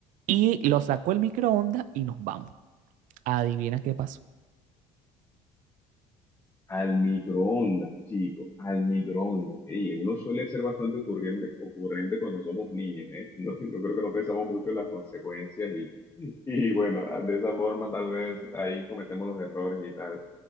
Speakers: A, on the right; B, on the left.
A: Y lo saco el microondas y nos vamos. Adivina qué pasó.
B: Al microondas, chico, al microondas. Ey, uno suele ser bastante ocurrente, ocurrente cuando somos niños, ¿eh? <laughs> No, yo creo que no pensamos mucho en las consecuencias y, y bueno, de esa forma tal vez ahí cometemos los errores y tal.